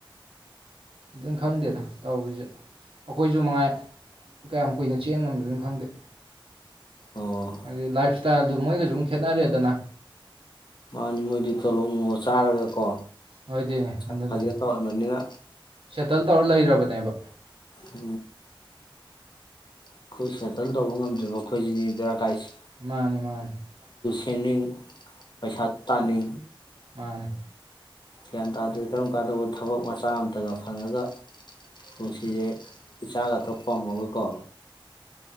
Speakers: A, on the right; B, on the left.
A: ꯑꯗꯨꯅ ꯈꯪꯗꯦꯗ ꯇꯧꯔꯤꯁꯦ ꯑꯩꯈꯣꯏꯁꯨ ꯃꯉꯥꯏ ꯀꯌꯥꯝ ꯀꯨꯏꯅ ꯆꯦꯟ ꯉꯝꯗ ꯑꯗꯨꯣꯏꯅ ꯈꯪꯗꯦ
B: ꯑꯣ
A: ꯍꯥꯏ ꯂꯥꯏꯐ ꯏꯁꯇꯥꯏꯜꯗꯨ ꯃꯣꯏꯒ ꯁꯨꯝ ꯈꯦꯠꯅꯔꯦꯗꯅ
B: ꯃꯥꯅꯤ ꯃꯣꯏꯗꯤ ꯇꯣꯂꯣꯞ ꯅꯨꯡꯉ ꯆꯥꯔꯒ ꯀꯣ
A: ꯍꯣꯏꯗꯤ
B: ꯈ
A: ꯑꯗꯨꯅꯤ
B: ꯇꯟꯅꯤꯉ
A: ꯁꯦꯇꯜ ꯇꯧꯔ ꯂꯩꯔꯕꯅꯦꯕ
B: ꯑ ꯑꯩꯈꯣꯏ ꯁꯦꯇꯜ ꯇꯧꯕ ꯉꯝꯗ꯭ꯔꯤꯕꯣ ꯑꯩꯈꯣꯏꯁꯤꯗꯤ ꯔꯥ ꯀꯥꯏꯁꯤꯦ
A: ꯃꯥꯅꯦ ꯃꯥꯅꯦ
B: ꯀꯅꯨ ꯄꯩꯁꯠꯇꯅꯤ
A: ꯃꯥꯅꯤ
B: ꯒ꯭ꯌꯥꯟ ꯇꯥꯗ꯭ꯔꯦ ꯀꯔꯝ ꯀꯥꯟꯗꯧꯕ ꯊꯕꯛ ꯃꯆꯥ ꯑꯃꯝꯇꯒ ꯐꯪꯉꯒ ꯄꯨꯟꯁꯤꯁꯦ ꯏꯆꯥꯒ ꯊꯣꯛꯄꯝꯃꯒꯀꯣ